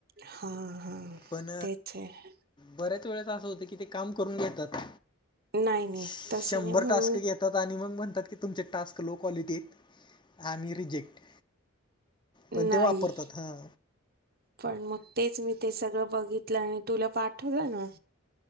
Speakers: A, on the right; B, on the left.
A: हा हा.
B: पण
A: तेच आहे
B: बऱ्याच वेळेस असं होतं की ते काम करून घेतात.
A: नाही नाही
B: शंभर
A: तसं नाही म्हणून
B: टास्क घेतात आणि मग म्हणतात की तुमचे टास्क लो क्वालिटी आहेत आणि रिजेक्ट. पण
A: नाही
B: ते वापरतात हां
A: पण मग तेच मी ते सगळं बघितलं आणि तुला पाठवलं ना